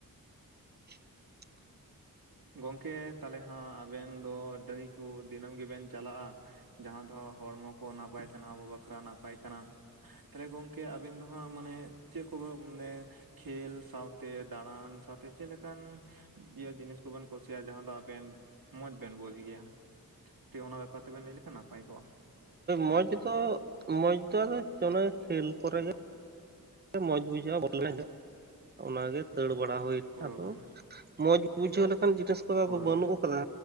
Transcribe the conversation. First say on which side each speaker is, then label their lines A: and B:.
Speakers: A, on the right; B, on the right.
A: <inaudible>
B: ᱜᱚᱝᱠᱮ ᱛᱟᱦᱞᱮ ᱦᱟᱸᱜ ᱟᱵᱮᱱ ᱫᱚ ᱰᱟᱹᱦᱤ ᱠᱚ ᱫᱤᱱᱟᱹᱢ ᱜᱮᱵᱮᱱ ᱪᱟᱞᱟᱜᱼᱟ? ᱡᱟᱦᱟᱸ ᱫᱚ ᱦᱚᱲᱢᱚ ᱠᱚ ᱱᱟᱯᱟᱭ ᱛᱟᱦᱮᱱᱟ ᱟᱵᱚ ᱵᱟᱠᱷᱨᱟ ᱱᱟᱯᱟᱭ ᱠᱟᱱᱟ᱾ ᱛᱟᱦᱞᱮ ᱜᱚᱝᱠᱮ ᱟᱵᱮᱱ ᱫᱚ ᱦᱟᱸᱜ ᱢᱟᱱᱮ ᱪᱮᱫ ᱠᱚᱵᱮ ᱢᱟᱱᱮ ᱠᱷᱮᱞ ᱥᱟᱶᱛᱮ ᱫᱟᱬᱟᱱ ᱥᱟᱶᱛᱮ ᱪᱮᱫ ᱞᱮᱠᱟᱱ ᱤᱭᱟᱹ ᱡᱤᱱᱤᱥ ᱠᱚᱵᱮᱱ ᱠᱩᱥᱤᱭᱟᱜᱼᱟ ᱡᱟᱦᱟᱸ ᱫᱚ ᱟᱵᱮᱱ ᱢᱚᱸᱡᱽ ᱵᱮᱱ ᱵᱩᱡ ᱜᱮᱭᱟ? ᱴᱤᱡ ᱚᱱᱟ ᱵᱮᱯᱟᱨ ᱛᱮᱵᱮᱱ ᱞᱟᱹᱭ ᱞᱮᱠᱷᱟᱱ ᱱᱟᱯᱟᱭ ᱠᱚᱜᱼᱟ ᱦᱳᱭ᱾
A: ᱢᱚᱡᱽ ᱫᱚ ᱢᱚᱡᱽ ᱫᱚ ᱟᱫᱚ ᱪᱮ ᱚᱱᱟ ᱠᱷᱮᱞ ᱠᱚᱨᱮ ᱜᱮ ᱢᱚᱡᱽ ᱵᱩᱡᱷᱟᱹᱜᱼᱟ <inaudible> ᱚᱱᱟᱜᱮ ᱫᱟᱹᱲ ᱵᱟᱲᱟ ᱦᱩᱭ
B: ᱦᱳᱭ
A: <inaudible> ᱢᱚᱸᱡᱽ ᱵᱩᱡᱷᱟᱹᱣ ᱞᱮᱠᱟᱱ ᱡᱤᱱᱤᱥ ᱠᱚᱫᱚ ᱟᱫᱚ
B: ᱦᱳᱭ
A: ᱵᱟᱹᱱᱩᱜ ᱟᱠᱟᱫᱟ᱾